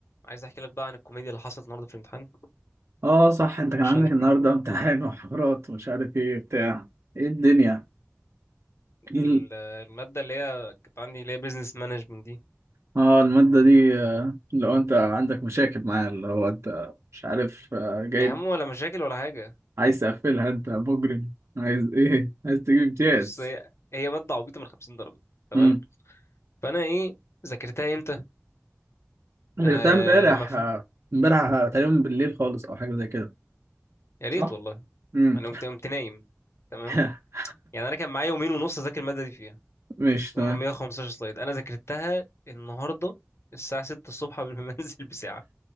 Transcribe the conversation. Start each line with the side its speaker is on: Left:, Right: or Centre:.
Left: عايز احكي لك بقى عن الكوميديا اللي حصلت النهارده في الامتحان
Right: اه صح انت كان
Left: عشان
Right: عندك النهارده
Left: <laughs>
Right: امتحان وحوارات ومش عارف ايه بتاع ايه الدنيا
Left: ال-
Right: ايه ال-
Left: الماده اللي هي كانت عندي اللي هي بيزنس مانجمنت دي
Right: اه المادة دي آه، لو انت عندك مشاكل معاها اللي هو انت مش عارف آه، جايب
Left: يا عم ولا مشاكل ولا حاجه
Right: عايز تقفلها انت مجرم عايز ايه <laughs> عايز تجيب
Left: إيه،
Right: امتياز
Left: بص هي هي ماده عبيطه من 50 درجه تمام
Right: امم
Left: فانا ايه ذاكرتها امتى
Right: غيرتها
Left: آه
Right: امبارح
Left: لما فهم
Right: آه، امبارح آه، تقريبا بالليل خالص او حاجة زي كده
Left: يا ريت
Right: صح؟
Left: والله
Right: امم
Left: انا قمت قمت نايم تمام
Right: <laughs>
Left: يعني انا كان معايا يومين ونص اذاكر الماده دي فيها
Right: ماشي تمام
Left: هم 115 سلايد انا ذاكرتها النهارده الساعه 6 الصبح قبل ما <laughs> انزل بساعه